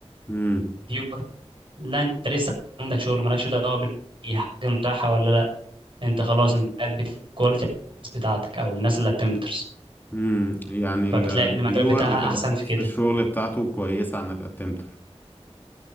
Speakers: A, on the left (about 15°); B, on the right (about 50°).
A: امم
B: فيور لا انت لسه عندك شغل مالكش دعوه بال- حاجه متاحه ولا لا انت خلاص انت قاعد بتكواليتي بتاعتك او الناس اللي اتمترز
A: امم يعني
B: فبتلاقي
A: الريفيور
B: ان المجال بتاعها
A: بتبقى
B: احسن
A: فرصة
B: في كده
A: الشغل بتاعته كويسة عن الاتمتر